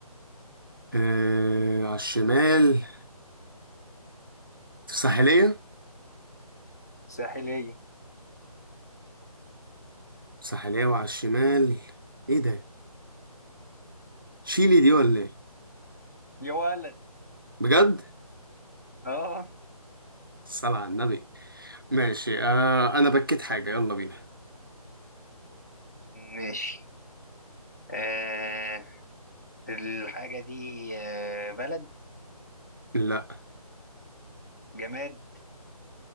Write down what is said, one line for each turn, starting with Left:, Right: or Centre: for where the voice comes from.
Right: آه على الشمال في الساحلية
Left: ساحلية
Right: الساحلية وعلى الشمال ايه ده؟ تشيلي دي ولا ايه؟
Left: يا ولد
Right: بجد؟
Left: اه
Right: الصلاة على النبي ماشي آه أنا بكيت حاجة يلا بينا
Left: ماشي آه الحاجة دي آه بلد
Right: لا
Left: جماد